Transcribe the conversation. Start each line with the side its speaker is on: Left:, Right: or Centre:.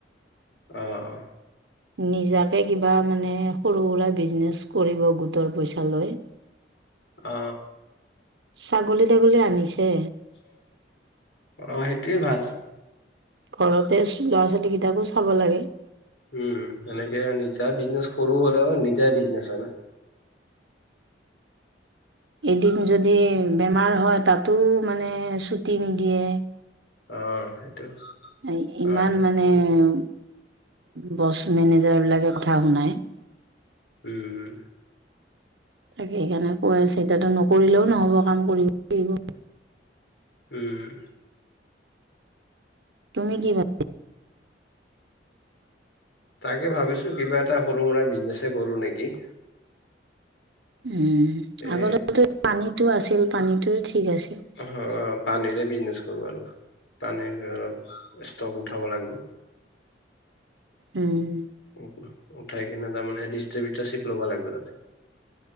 Left: অ'অ'
Right: নিজাকে কিবা মানে সৰু সুৰা ব্ৰিজনেছ কৰিব গোটৰ পইচা লয়।
Left: অ
Right: ছাগলী তাগলী আনিছে।
Left: যে অ' সেইটোৱে ভাল।
Right: ঘৰতে ল'ৰা-ছোৱালী
Left: অ
Right: কেইটাকো চাব লাগে।
Left: উম, এনেকে নিজা ব্ৰিজনেছ সৰু হ'লে নিজাই ব্ৰিজনেছ হয় না।
Right: এদিন যদি বেমাৰ হয় তাত টো মানে ছুটি নিদিয়ে।
Left: অহ' সেইটো
Right: এই
Left: হয়
Right: ইমান মানেও ব্ৰছ মেনেজাৰ বিলাকে কথা শুনায়। তাকে
Left: উম
Right: সেইকাৰণে খোৱা চিন্তাটোৰ নকৰিলেও নহ'ব কাম কৰিব লাগিব।
Left: উম।
Right: তুমি কি বনা
Left: তাকে ভাবিছোঁ কিবা এটা সৰু সুৰা ব্ৰিজনেছ কৰোঁ নেকি?
Right: উম,
Left: এ
Right: আগতেটো পানীটো আছিল। পানীটোৱে ঠিক আছিল।
Left: অ' পানীৰে ব্ৰিজনেছ কৰিব লাগিব আৰু পানীৰ অলপ ষ্টক উঠাব লাগিব।
Right: উম।
Left: ও উঠাই কিনে তাৰমানে ডিষ্টাৰ বিটৰ চিপ ল'ব লাগিব তাতে।